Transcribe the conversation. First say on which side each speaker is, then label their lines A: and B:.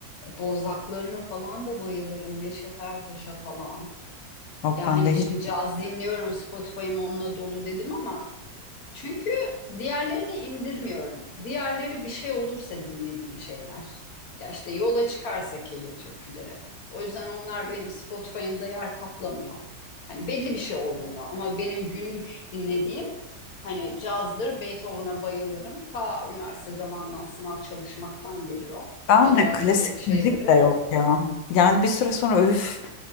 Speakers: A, on the left; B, on the left.
A: bozlaklarına falan da bayılırım. Neşet Ertaş'a falan.
B: Yok
A: Ya
B: bende
A: hani
B: hiç
A: şimdi caz dinliyorum, Spotify'ım onunla dolu dedim ama Çünkü diğerlerini indirmiyorum. Diğerleri bir şey olursa dinlediğim şeyler. Ya işte yola çıkarsak Ege türküleri. O yüzden onlar benim Spotify'ımda yer kaplamıyor. Hani belli bir şey olduğunda ama benim günlük dinlediğim hani cazdır, Beethoven'a bayılırım. Ta üniversite zamanından sınav çalışmaktan gelir o.
B: Ben
A: Bana
B: de
A: öyle
B: klasik
A: bir şey
B: müzik
A: verir.
B: de yok ya. Yani bir süre sonra öf